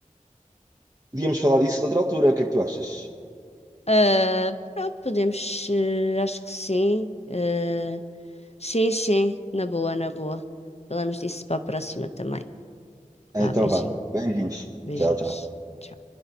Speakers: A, on the right; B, on the left.
A: podíamos falar disso noutra altura. O que é que tu achas?
B: Ah, pronto, podemos, eh, acho que sim. Eh, sim, sim, na boa, na boa. Falamos disso para a próxima também.
A: Então
B: Vá, beijinho,
A: vá. Beijinhos.
B: beijinhos.
A: Tchau, tchau.
B: Tchau.